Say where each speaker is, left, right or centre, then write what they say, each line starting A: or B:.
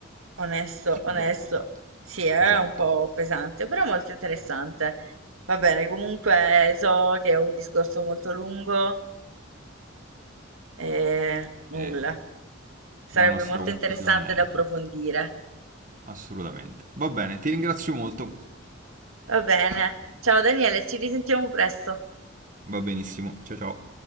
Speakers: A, on the right; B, on the right.
A: Onesto, onesto.
B: Boh.
A: Sì, è
B: Esatto.
A: un po' pesante, però molto interessante. Va bene, comunque so che è un discorso molto lungo e nulla.
B: E
A: Sarebbe
B: la nostra
A: molto
B: conclusione
A: interessante da approfondire.
B: Assolutamente. Va bene, ti ringrazio molto.
A: Va bene. Ciao Daniele, ci risentiamo presto.
B: Va benissimo. Ciao ciao.